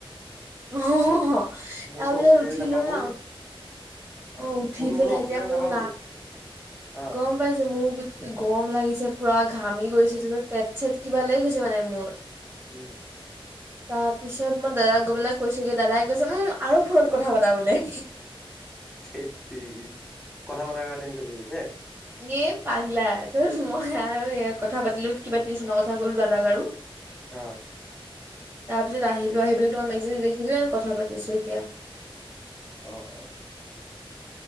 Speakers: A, on the right; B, in the centre.
A: অহ ',
B: মোৰতো
A: তাৰপিছত
B: অক্সিজেন
A: উঠিলো
B: নাপাবই
A: হা অ' উঠি
B: মোৰতো
A: পঠা
B: বোলো অক্সিজেন
A: এতিয়া মোৰ
B: নাপাবই
A: নাক,
B: অ
A: গম পাইছো মোৰ গৰম লাগিছে পুৰা ঘামি গৈছো তাৰত পেট চেট কিবা লাগি গৈছে মানে মোৰ
B: উ'ম।
A: তাৰ পিছত মই দাদাক গৈ পেলাই কৈছো কি দাদাই কৈছে উম আৰু ফোনত কথা পাতা বোলে।
B: সেই কথা বতাৰ কাৰণে হৈছে বুলি কৈছে।
A: এ! পাগলা মই আৰু এই কথা পাতিলো কিবা টেনশ্যনৰ কথা ক'লো দাদাক আৰু।
B: অ'
A: তাৰ পিছত আহিলো আহি তোমাৰ মেগাজিন দেখিলো কথা পাতিছো এতিয়া।
B: অ', অ'।